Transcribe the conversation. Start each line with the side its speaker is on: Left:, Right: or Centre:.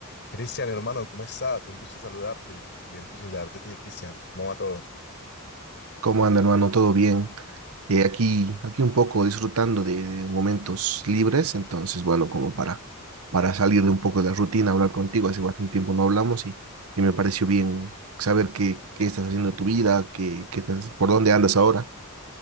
Left: Cristian, hermano, ¿cómo estás? Un gusto saludarte. Tiempo sin saber de ti, Cristian. ¿Cómo va todo?
Right: ¿Cómo anda, hermano? ¿Todo bien? Eh, aquí, aquí un poco disfrutando de, de momentos libres, entonces, bueno, como para, para salir de un poco de la rutina, hablar contigo, hace bastante tiempo no hablamos y, y me pareció bien saber qué, qué estás haciendo de tu vida, qué, qué estás- por dónde andas ahora.